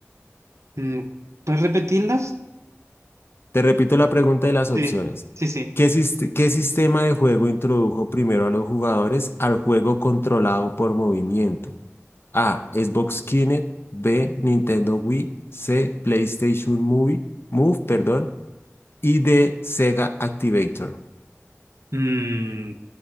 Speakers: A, on the right; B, on the left.
A: Mm, ¿Puedes repetirlas?
B: Te repito la pregunta y las opciones.
A: Sí, sí, sí.
B: ¿Qué, sist- qué sistema de juego introdujo primero a los jugadores al juego controlado por movimiento? A. Xbox Kinect, B. Nintendo Wii, C. PlayStation Movie, Move, perdón, y D. Sega Activator.
A: Mm,